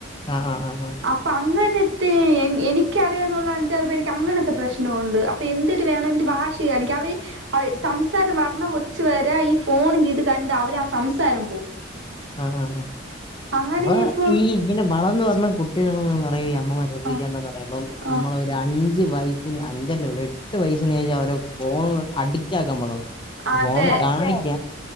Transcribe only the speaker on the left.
ആഹ് ആഹ് ആഹ് ആഹ്
ആഹ് ആ ആ
അപ്പൊ
ഈ ഇങ്ങനെ വളർന്ന് വരണ കുട്ടികള്ന്ന് അമ്മമാർ വെറ്തെരിക്കേണ്ടന്ന്
പറയുമ്പോ
നമ്മള ഒരു അഞ്ച് വയി അഞ്ചല്ല ഒരു എട്ട് വയസ്സില് അവരെ ഫോൺ അഡിക്റ്റ് ആക്കാൻ പാടില്ല.
ഫോണ് കാണിക്ക